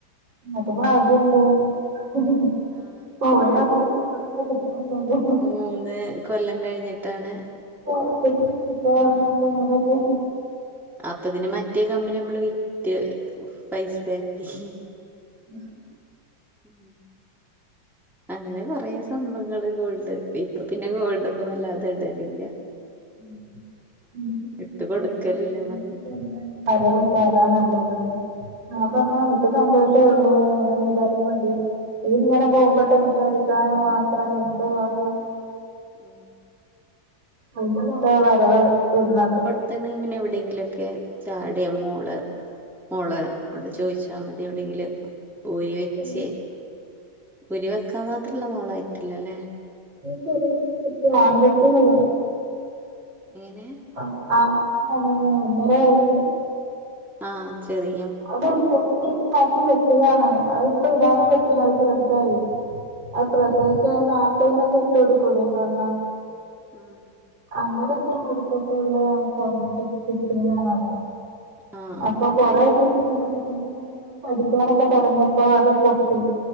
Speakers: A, on the right (about 70°); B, in the centre.
A: ഇങ്ങക്ക് ഭാഗ്യംണ്ട്ന്ന്
B: ആ
A: പോയ അതെപോലെ തന്നെ ഇപ്പം കിട്ട്ണ് ഇണ്ടല്ലോ
B: മൂന്ന് കൊല്ലം കഴിഞ്ഞിട്ടാണ്
A: പൊറത്തിനൊക്കെ കിട്ടാന്ന് പറ്ഞ്ഞാ ഇപ്പം ഇവടൊക്കെ
B: അപ്പതിന് മറ്റേ കമ്മൽ നമ്മള് വിറ്റ് പൈസയാക്കി
A: മ്
B: ഉം
A: <inaudible>
B: അങ്ങനെ കോറെ സംഭവങ്ങള് ഗോൾഡ് ഇ ഇപ്പൊ പിന്നെ ഗോൾഡോന്നും വല്ലാതെ ഇടലില്ല
A: ഉം
B: ഇട്ട്
A: <unintelligible>
B: കൊടുക്കലുല്ല മക്കക്ക്
A: വരവ് പ്പാ താ നല്ലത് ഞാൻ പറഞ്ഞു എനിക്ക് സന്തോഷേ ഉള്ളൂ അങ്ങനെ ചെയ്താലും മതി ഇത്ങ്ങനെ പോകുമ്പം ടെൻഷൻ അടിക്കാനും മാത്രം എന്തുവാ ഇത്
B: ഉം
A: അ യിമല്ള്ള വരവ നിന്നത്
B: ത്തണ പിന്നെ എവിടെയെങ്കിലുക്കെ ചാടേ മോള് മോള് അവിടെ ചോദിച്ചാൽ മതി എവിടെയെങ്കില് ഊരി വെച്ചേ
A: ചെറിയ
B: ഊരി വെക്കാൻ മാത്രള്ള മോളായിട്ടില്ലല്ലേ
A: ചെറിയ കുട്ടി ആൺ കുട്ടി അല്ലെ
B: എങ്ങനെ
A: ആ ആൺ കുട്ടി ആണ് ഒന്നേര വയസ്സ്
B: ആഹ ചെറി
A: അത് പൊട്ടിയത് മാറ്റി വെച്ചതാണ് അതിപ്പോ ഇടാനും പറ്റില്ല ചെറുതായി അഹ്
B: ആഹ്
A: പ്രസവിച്ച നാല്പ്പനെക്കെ ഇട്ട് കൊടുക്കൂലേ സ്വർണം
B: ഉം
A: അങ്ങനേട്ട് കൊട്ത്തിട്ട്ള്ള സ്വർണം കിട്ടിയതാണത്
B: ആഹ് ആഹ്
A: അപ്പം കുറേ ഒക്കെ ഇട്ട് കഴിഞ്ഞപ്പോ പിന്നെ ഇങ്ങനെ കടിക്കാനൊക്കെ തുടങ്ങിയപ്പോ അത് പൊട്ടി